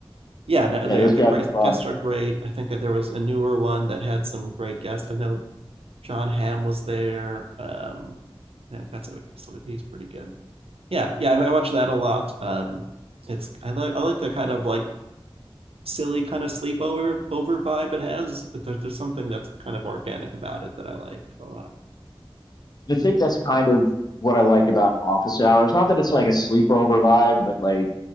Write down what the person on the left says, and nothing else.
Yeah,
those
guys
are fun.
I think that's kind of what I like about office hours. Not that it's like a sleepover vibe, but like,